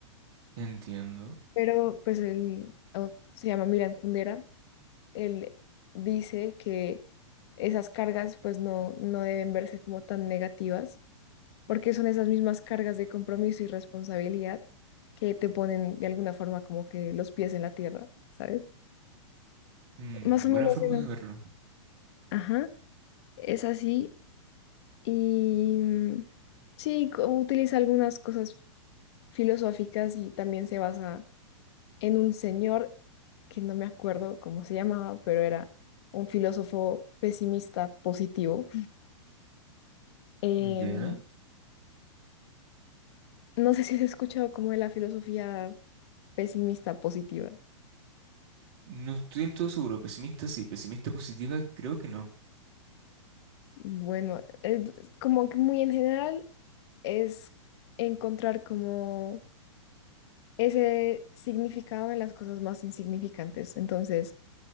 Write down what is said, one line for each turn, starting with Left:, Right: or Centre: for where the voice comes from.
Right: entiendo.
Left: Pero pues él oh, se llama Miran Kundera él dice que esas cargas pues no, no deben verse como tan negativas, porque son esas mismas cargas de compromiso y responsabilidad que te ponen de alguna forma como que los pies en la tierra, ¿sabes?
Right: Mm,
Left: Más o menos
Right: buena forma
Left: es
Right: de verlo.
Left: Ajá, es así y mm, sí, co- utiliza algunas cosas filosóficas y también se basa en un señor que no me acuerdo cómo se llamaba, pero era un filósofo pesimista positivo. <laughs>
Right: Ya,
Left: No sé si has escuchado como de la filosofía pesimista positiva.
Right: no estoy del todo seguro. Pesimista sí, pesimista positiva creo que no.
Left: Bueno, es como que muy en general es encontrar como ese significado en las cosas más insignificantes. Entonces,